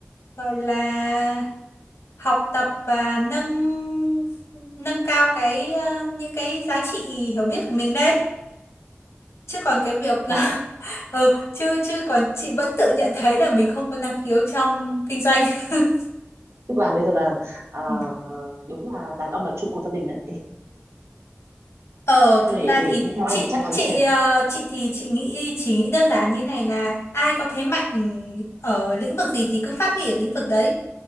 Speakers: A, on the left; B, on the right.
A: gọi là học tập và nâng nâng cao cái ờ, những cái giá trị hiểu biết của mình lên chứ còn cái việc
B: dạ
A: <laughs> ừ chứ chứ còn chị vẫn tự nhận thấy là mình không có năng khiếu trong kinh doanh <laughs>
B: tức là bây giờ là ờ,
A: Ừ.
B: đúng là đàn ông là trụ cột gia đình đấy
A: Ờ,
B: Thôi
A: thực
B: để
A: ra
B: để
A: thì
B: nghe theo
A: chị
B: anh cũng chắc chắn
A: chị
B: chị ạ
A: ờ, chị thì chị nghĩ chỉ nghĩ đơn giản như này là ai có thế mạnh ở lĩnh vực gì thì cứ phát huy ở lĩnh vực đấy.